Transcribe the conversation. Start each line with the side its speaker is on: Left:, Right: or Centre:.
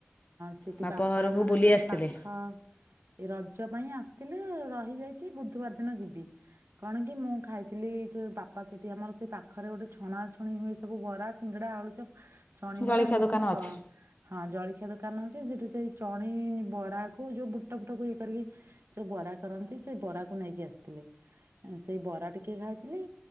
Right: ସେଠି
Left: ବାପ
Right: ବାପା
Left: ଘରକୁ
Right: ଆମର
Left: ବୁଲି
Right: ଏଠି ଗୋଟେ
Left: ଆସିଥିଲେ
Right: ପାଖ ଏ ରଜ ପାଇଁ ଆସିଥିଲେ, ରହିଯାଇଛି ବୁଧବାର ଦିନ ଯିବି। କଣ କି ମୁଁ ଖାଇଥିଲି ଯୋଉ ବାପା ସେଠି ଆମର ସେ ପାଖରେ ଗୋଟେ ଛଣା ଛଣି ହୁଏ ସେ ସବୁ ବରା, ଶିଙ୍ଗଡା, ଆଳୁଚପ୍, ଚଣିବରା
Left: ଜଳଖିଆ
Right: ଏମତି
Left: ଦୋକାନ
Right: ସେ ଚ
Left: ଅଛି
Right: ହଁ, ଜଳଖିଆ ଦୋକାନ ଅଛି। ସେଠୁ ସେଇ ଚଣେଇ ବରା କୁ ଯୋଉ ବୁଟ ଫୁଟ କୁ ଇଏ କରିକି ଯୋଉ ବରା କରନ୍ତି, ସେ ବରାକୁ ନେଇକି ଆସିଥିଲେ। ସେଇ ବରା ଟିକେ ଖାଇଥିଲି